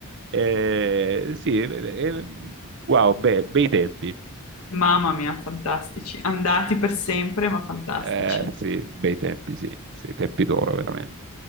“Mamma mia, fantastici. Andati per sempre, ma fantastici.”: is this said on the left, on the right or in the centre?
Left